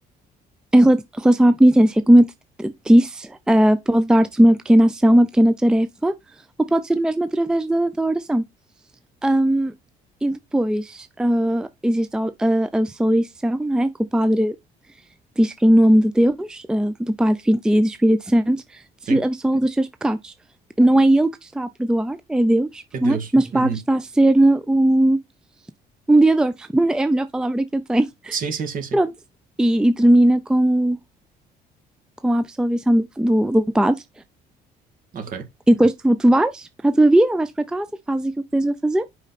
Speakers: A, in the centre; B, on the right (about 55°).
A: Em rela- relação à penitência, como eu te te disse, ah, pode dar-te uma pequena ação, uma pequena tarefa, ou pode ser mesmo através da, da oração. Ahm, e depois ah, existe a, a absolvição, não é? Que o padre diz que, em nome de Deus, ah, do Pai, do Filho e do Espírito Santo, te
B: sim.
A: absolve dos seus pecados. Não é ele que te está a perdoar, é Deus,
B: É Deus.
A: não é? Mas o padre
B: Uhum.
A: está a ser um, um mediador. <laughs> É a melhor palavra que eu tenho.
B: Sim, sim, sim, sim.
A: Pronto. E, e termina com com a absolvição do, do, do padre.
B: Ok.
A: E depois tu, tu vais para a tua vida, vais para casa, fazes aquilo que tens a fazer